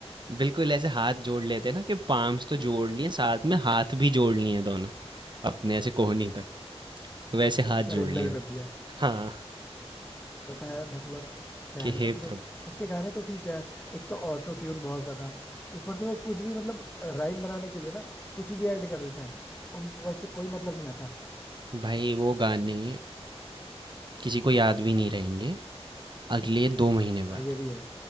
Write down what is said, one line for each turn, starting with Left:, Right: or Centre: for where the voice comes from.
Right: बिल्कुल ऐसे हाथ जोड़ लेते हैं ना कि पाम्स तो जोड़ लिए, साथ में हाथ भी जोड़ लिए हैं दोनों, अपने ऐसे कोहनी तक, वैसे हाथ
Left: सरेंडर
Right: जोड़ लिए हैं।
Left: कर दिया
Right: हाँ,
Left: पता है मतलब क्या
Right: कि
Left: है
Right: हे
Left: ना जैसे
Right: प्रभु!
Left: उसके गाने तो ठीक है यार एक तो ऑटो ट्यून बहुत ज्यादा ऊपर से वो कुछ भी मतलब राइम बनाने के लिए ना कुछ भी ऐड कर देता है उन वर्ड से कोई मतलब नहीं आता
Right: भाई वो गाने किसी को याद भी नहीं रहेंगे अगले 2 महीने बाद,
Left: हाँ ये भी है